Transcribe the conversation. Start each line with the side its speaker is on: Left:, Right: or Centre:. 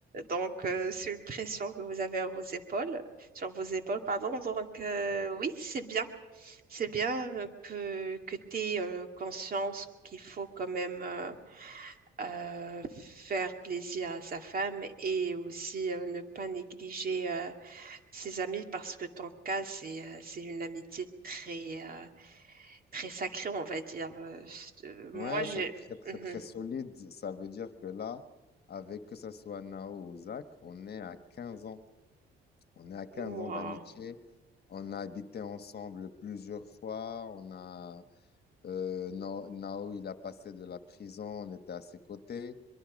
Right: Donc, euh, c'est une pression que vous avez à vos épaules, sur vos épaules, pardon. Donc, euh, oui, c'est bien. C'est bien euh, que, que tu aies euh, conscience qu'il faut quand même euh, euh, faire plaisir à sa femme et aussi euh, ne pas négliger euh, ses amis parce que ton cas, c'est euh, c'est une amitié très, euh, très sacré, on va dire. Euh, c'est- euh, moi,
Left: Ouais,
Right: j'ai.
Left: c'est très, très,
Right: Mhm.
Left: très solide. Ça veut dire que là, avec que ça soit Nao ou Zach, on est à 15 ans. On est à 15
Right: Moi,
Left: ans d'amitié. On a habité ensemble plusieurs fois. On a, euh, Nao, Nao, il a passé de la prison. On était à ses côtés.